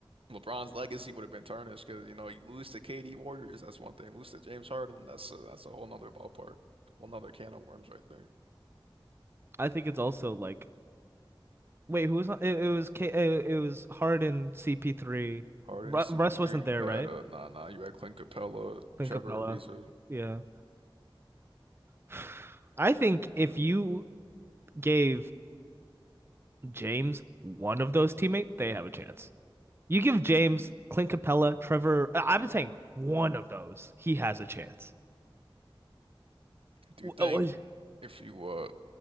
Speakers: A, on the right; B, on the right.
A: LeBron's legacy would have been tarnished because you know you lose to KD Warriors. That's one thing. Lose to James Harden. That's a, that's a whole nother ballpark. Whole nother can of worms right there.
B: I think it's also like wait who was on- it, it was K it, it was Harden CP3
A: Harden
B: Ru
A: and CP3.
B: Russ wasn't
A: You
B: there
A: had
B: right?
A: uh nah nah. You had Clint Capella,
B: Clint
A: Trevor
B: Capella.
A: Ariza.
B: Yeah. <sighs> I think if you gave James one of those teammates, they have a chance. You give James, Clint Capella, Trevor, I- I've been saying one of those, he has a chance.
A: Do you think
B: oh,
A: if you uh